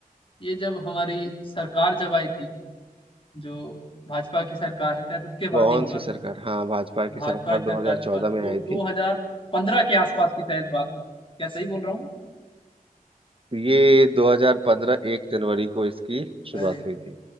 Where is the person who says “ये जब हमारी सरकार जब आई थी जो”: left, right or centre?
Left